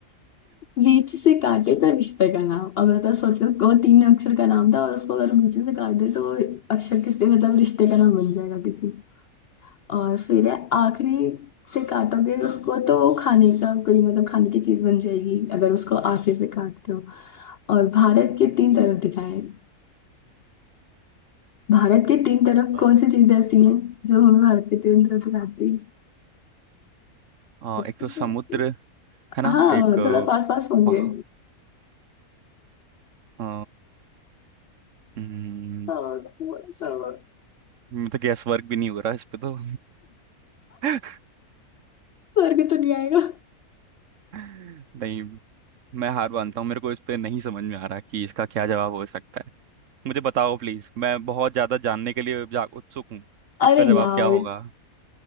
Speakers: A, on the left; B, on the right.
A: बीच से काटे तो रिश्ते का नाम अब बताओ सोचो वो तीन अक्षर का नाम था और उसको अगर बीच से काट दे तो वो अक्षर किसके मतलब रिश्ते का नाम बन जाएगा किसी और फिर है आखिरी से काटोगे उसको तो वो खाने का कोई मतलब खाने की चीज बन जाएगी अगर उसको आखिर से काटते हो और भारत के तीन तरफ दिखाए हैं। भारत के तीन तरफ
B: अ,
A: कौन सी चीज ऐसी है जो हम भारत के तीन तरफ दिखाती
B: अ,
A: है अच्छे
B: एक तो
A: से
B: समुद्र
A: अच्छे।
B: है ना
A: हाँ
B: एक अ,
A: थोड़ा पास पास पहुंच
B: पहा-
A: गए
B: अ, हम्म,
A: और थोड़ा सा और
B: तो गैस वर्क भी नहीं हो रहा इस पे तो <laughs>
A: और के तो नहीं आएगा
B: नहीं मैं हार मानता हूँ मेरे को इस पे नहीं समझ में आ रहा कि इसका क्या जवाब हो सकता है मुझे बताओ प्लीज मैं बहुत ज्यादा जानने के लिए जा उत्सुक हूँ कि
A: अरे
B: इसका जवाब
A: यार
B: क्या होगा